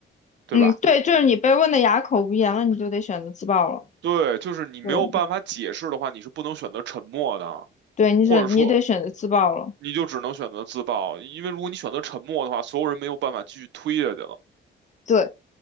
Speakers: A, on the right (about 65°); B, on the left (about 35°).
A: 对吧？
B: 嗯，对，就是你被问的哑口无言了，你就得选择自爆了。
A: 对，就是你没有办法解释的话，
B: 对
A: 你是不能选择沉默的，
B: 对，你是你得选择自爆了。
A: 或者说你就只能选择自爆，因为如果你选择沉默的话，所有人没有办法继续推下去了，
B: 对，